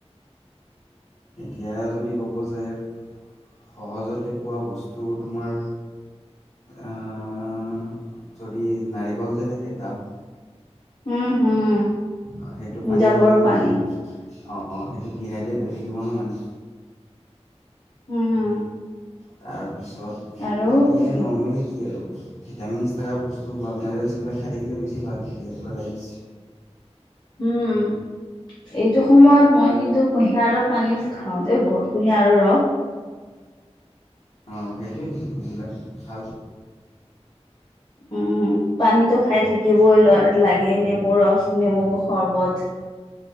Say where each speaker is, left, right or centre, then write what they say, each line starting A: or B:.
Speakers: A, on the left; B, on the left.
A: বেয়া যদি ক'ব যায় সহজতে পোৱা বস্তু তোমাৰ আহ, যদি নাৰিকল যে থাকে দাব
B: উম হম
A: অ' সেইটো পানী
B: জাবৰ
A: হাবলেতো
B: পানী
A: মানুহ অ' অ' সেইটো ডিহাইড্ৰেট হৈ থাকিব ন মানুহ
B: উম
A: তাৰপিছত
B: আৰু
A: বাকী এনেই নৰ্মেলি কি আৰু ভিটামিনছ থকা বস্তু বা মিনাৰেলছ এইবিলাক খাই থাকিলে বেছি ভাল ইলেক্ট্ৰ'লাইটছ
B: উম, এইটো সময়ত মই কিন্তু কুঁহিয়াৰ ৰ পানী খাওঁতে বহুত কুঁহিয়াৰ ৰস।
A: অ' সেইটোৱেই সেইবিলাক ভাল
B: উম পানীতো খাই থাকিবই ল লাগে নেমু ৰস নেমু সৰ্বত